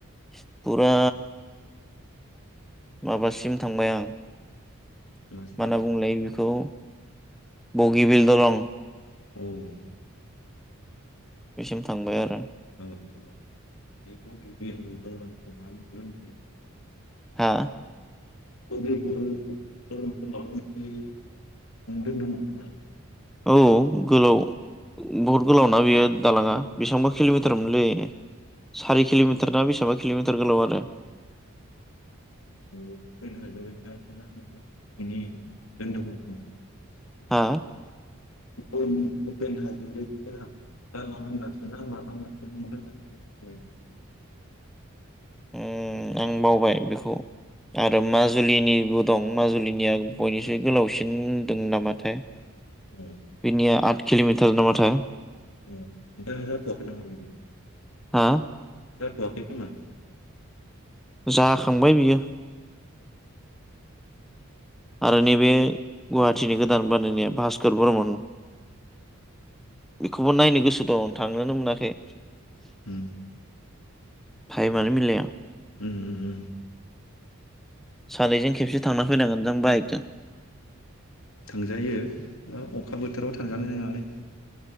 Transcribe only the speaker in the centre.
फुरा माबासिम थांबाय आं। मा
होनना बुंलाय बेखौ। बगि बिल दलं
बेसिम थांबाय आरो।
हा।
औ गोलाव बहुद गोलावना बियो। दालाङा बेसेबांबा किल'मिटारमोनलै सारि किल'मिटार ना बेसेबा किल'मिटार गोलाव आरो।
हा।
उम आं बावबाय बेखौ आरो माजुलिनिबो दं माजुलिनिया बयनिस्रुइ गोलावसिन होनदों नामाथाय।
बिनि आ। किल'मिटार नामा थाय।
हा।
जाखांबाय बियो। आरो नैबे गुहाटिनि गोदान बानायनाया भास्कर बर्मन बेखौबो नायनो गोसो दं थांनोनो मोनाखै
टाइमानो मिलाया
सानैजों खेबसे थांना फैनांगोन जों बाइकजों